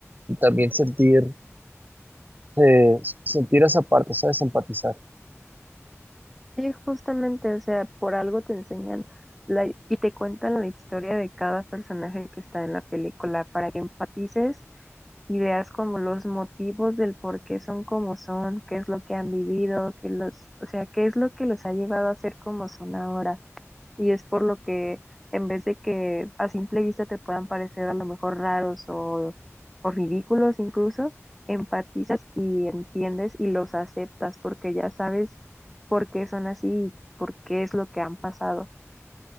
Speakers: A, on the right (about 35°); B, in the centre.
A: y también sentir, eh, sentir esa parte, ¿sabes? Empatizar.
B: Sí, justamente, o sea, por algo te enseñan la, y te cuentan la historia de cada personaje que está en la película para que empatices ideas como los motivos del por qué son como son, qué es lo que han vivido, que los, o sea, qué es lo que los ha llevado a ser como son ahora. Y es por lo que en vez de que a simple vista te puedan parecer a lo mejor raros o, o ridículos incluso, empatizas y entiendes y los aceptas porque ya sabes por qué son así y por qué es lo que han pasado.